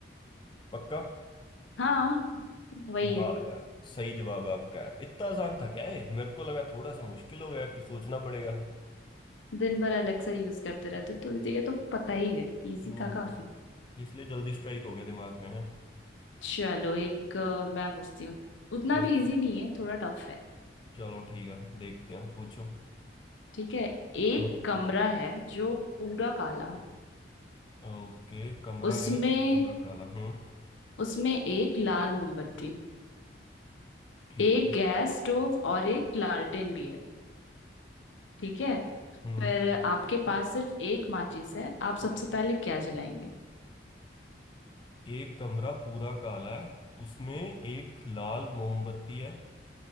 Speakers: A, on the left (about 25°); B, on the left (about 90°).
A: पक्का
B: हाँ वही है
A: वाह यार सही जवाब है आपका यार इतना आसान था क्या ये मेरे को लगा थोड़ा सा मुश्किल होगा यार कि सोचना पड़ेगा
B: दिन भर अलेक्सा यूज करते रहते तो ये तो पता ही है इजी
A: हम्म
B: था काफी
A: इसलिए जल्दी स्ट्राइक हो गया दिमाग में है
B: चलो एक अ, मैं पूछती हूँ उतना
A: ओके
B: भी इजी नहीं है थोड़ा टफ है
A: चलो ठीक है देखते हैं पूछो
B: ठीक है एक
A: हम्म
B: कमरा है जो पूरा काला है।
A: ओके कमरा
B: उसमें
A: है पूरा काला हम्म
B: उसमें एक लाल मोमबत्ती
A: ठीक
B: एक
A: है
B: गैस स्टोव और एक लालटेन भी है ठीक है
A: हम्म
B: फिर आपके पास सिर्फ एक माचिस है आप सबसे पहले क्या जलाएंगे
A: एक कमरा पूरा काला है उसमें एक लाल मोमबत्ती है